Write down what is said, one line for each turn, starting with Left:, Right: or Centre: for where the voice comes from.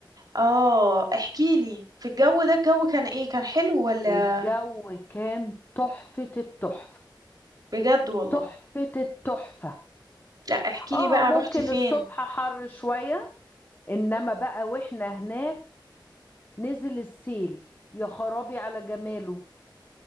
Right: اه احكي لي في الجو ده الجو كان ايه كان حلو ولا
Left: الجو كان تحفه التحفه
Right: بجد والله
Left: تحفه التحفه
Right: لا احكي
Left: اه
Right: لي بقى
Left: ممكن
Right: رحتي فين
Left: الصبح حر شويه انما بقى واحنا هناك نزل السيل يا خرابي على جماله